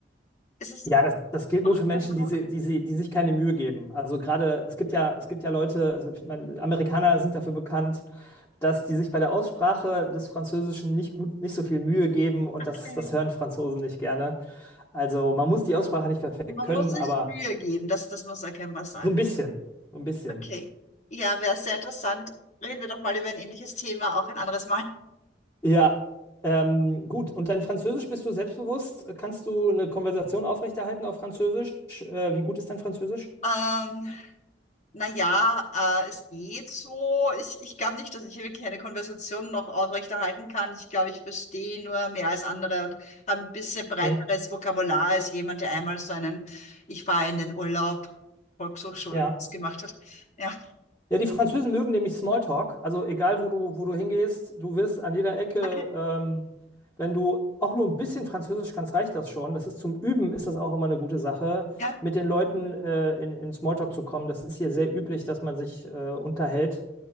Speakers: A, on the left; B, on the left.
A: Ist es
B: ja, das, das gilt
A: auch
B: nur für Menschen,
A: dein Eindruck?
B: die, sie, die, sie, die sich keine Mühe geben. Also gerade, es gibt ja, es gibt ja Leute, also ich meine, Amerikaner sind dafür bekannt, dass die sich bei der Aussprache des Französischen nicht gut, nicht so viel Mühe geben und
A: Okay.
B: das, das hören Franzosen nicht gerne. Also man muss die Aussprache nicht perfekt
A: Man
B: können,
A: muss sich
B: aber
A: Mühe geben, das, das muss erkennbar sein.
B: so ein bisschen, so ein bisschen.
A: Okay. Ja, wäre sehr interessant. Reden wir doch mal über ein ähnliches Thema, auch ein anderes Mal.
B: Ja, ähm, gut. Und dein Französisch bist du selbstbewusst? Kannst du eine Konversation aufrechterhalten auf Französisch? Äh, wie gut ist dein Französisch?
A: Ähm, Naja, äh, es geht so. Ich, ich glaube nicht, dass ich wirklich eine Konversation noch aufrechterhalten kann. Ich glaube, ich verstehe nur mehr als andere und habe ein bisschen breiteres
B: Mhm.
A: Vokabular als jemand, der einmal so einen Ich fahre in den Urlaub Volkshochschulkurs
B: Ja.
A: gemacht hat. Ja,
B: Ja, die Französen mögen nämlich Smalltalk. Also egal, wo du, wo du hingehst, du wirst an jeder Ecke,
A: okay.
B: ähm, wenn du auch nur ein bisschen Französisch kannst, reicht das schon. Das ist zum Üben, ist das auch immer eine gute Sache,
A: Ja,
B: mit den Leuten äh, in, in Smalltalk zu kommen. Das ist hier sehr üblich, dass man sich äh, unterhält.